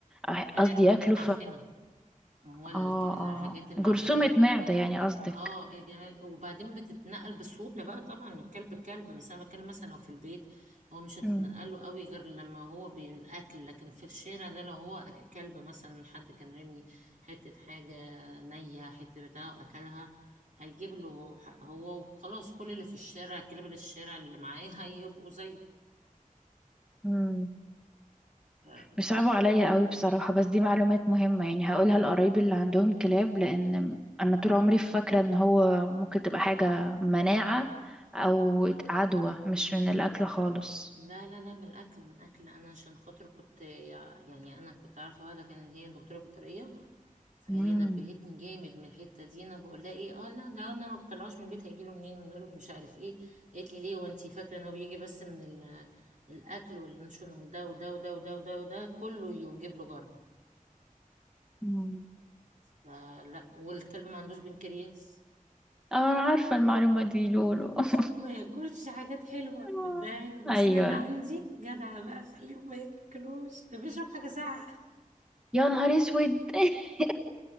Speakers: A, in the centre; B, on the right (about 60°).
A: أه-
B: ده
A: قصدي
B: بياكلوا
A: ياكله
B: حاجات معفنه ما هو ال-
A: اه اه
B: الحاجات المعفنه
A: جرثومة معدة يعني قصدك
B: اه يا جمال وبعدين بتتنقل بسهولة بقى طبعا من كلب لكلب بس انا بتكلم مثلا لو في البيت هو مش هتتنقل
A: مم.
B: له قوي غير لما هو بينأكل لكن في الشارع ده لو هو أك- كلب مثلا حد كان رمي حتة حاجة نية حتة بتاع وأكلها هيجيب له ح- هو وخلاص كل اللي في الشارع كلاب اللي الشارع اللي معاه هيبقوا زيه
A: مم.
B: ف-
A: بيصعبوا عليا قوي بصراحة بس دي معلومات مهمة يعني هقولها لقرايبي اللي عندهم كلاب لأن أنا طول عمري فاكرة إن هو ممكن تبقى حاجة مناعة أو
B: لا
A: عدوى مش من الأكل خالص
B: لا لا لا من الأكل من الأكل أنا عشان خاطر كنت يعني أنا كنت عارفة واحدة كانت هي دكتورة بيطرية فهي
A: مم.
B: نبهتني جامد من الحته دي انا بقول لها ايه اه لا ده انا ما بطلعوش من البيت هيجيله منين من غيره مش عارف ايه قالت لي ليه وانتي فاكره ان هو بيجي بس من ال- الاكل واللانشون وده وده وده وده وده وده كله يجيب له جرب
A: مم.
B: فلا والكلب ما عندوش بنكرياس
A: اه أنا عارفة المعلومة دي لولو
B: المفروض
A: <laughs>
B: ما ياكلش حاجات حلوه بتضايقني
A: آه.
B: بس
A: أيوة
B: انا اللي عندي جدع بقى خليه ما ياكلوش ده بيشرب حاجه ساقعه
A: يا نهار أسود <laughs>